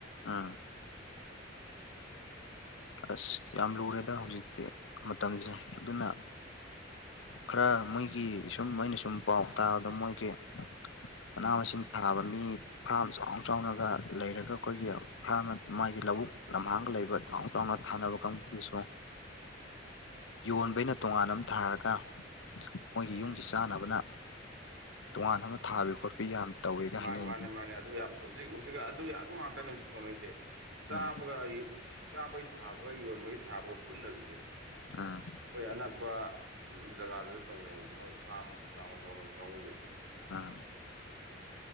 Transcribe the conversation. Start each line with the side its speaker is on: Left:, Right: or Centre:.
Left: ꯑꯥ ꯑꯁ ꯌꯥꯝ ꯂꯨꯔꯦꯗ ꯍꯧꯖꯤꯛꯇꯤ ꯃꯇꯝꯁꯦ ꯑꯗꯨꯅ ꯈꯔ ꯃꯣꯏꯒꯤ ꯁꯨꯝ ꯑꯩꯅ ꯁꯨꯝ ꯄꯥꯎ ꯇꯥꯕꯗ ꯃꯣꯏꯒꯤ ꯃꯅꯥ ꯃꯁꯤꯡ ꯊꯥꯅꯕ ꯃꯤ ꯐꯥꯔꯝ ꯆꯥꯎꯅ ꯆꯥꯎꯅꯒ ꯂꯩꯔꯒ ꯑꯩꯈꯣꯏꯒꯤ ꯐꯥꯔꯝ ꯃꯥꯒꯤ ꯂꯧꯕꯨꯛ ꯂꯝꯍꯥꯡꯒ ꯂꯩꯕ ꯆꯥꯎꯅ ꯥꯆꯥꯎꯅ ꯊꯅꯕ ꯀꯥꯡꯕꯨꯗꯤ ꯁꯣꯛꯑꯣꯏ ꯌꯣꯟꯕꯩꯅ ꯇꯣꯉꯥꯟꯅ ꯑꯝ ꯊꯥꯔꯒ ꯃꯣꯏꯒꯤ ꯌꯨꯝꯒꯤ ꯆꯥꯅꯕꯅ ꯇꯣꯉꯥꯟꯅ ꯑꯃꯥ ꯊꯥꯕꯤ ꯈꯣꯠꯄꯤ ꯌꯥꯝ ꯇꯧꯋꯦꯒ
Right: ꯃꯥ
Left: ꯍꯥꯏꯅꯩ
Right: ꯃꯥꯅꯦ ꯃꯥꯅꯦ ꯑꯗꯨ ꯌꯥꯝ ꯍꯧꯖꯤꯛ ꯍꯨꯖꯤꯛꯀꯥ ꯑꯗꯨꯌꯥ ꯑꯗꯨ ꯉꯥꯛꯇꯅꯦ ꯍꯧꯖꯤꯛ ꯇꯧꯅꯩꯖꯦ ꯆꯥꯕꯒ
Left: ꯎꯝ
Right: ꯌꯣ ꯆꯥꯕꯩ ꯊꯥꯕꯒ ꯌꯣꯟꯕꯒꯤ ꯊꯥꯕꯒ ꯄꯨꯟꯗꯕꯤꯖꯦ
Left: ꯑꯥ
Right: ꯈꯣꯏ ꯑꯅꯛꯄ ꯖꯒꯥꯗꯖꯨ ꯇꯧꯅꯩꯑꯕ ꯃꯣꯏ ꯐꯥꯝ ꯆꯥꯎꯅ ꯇꯧꯅꯕ ꯀꯥꯡꯒꯨꯖꯦ꯫
Left: ꯑꯥ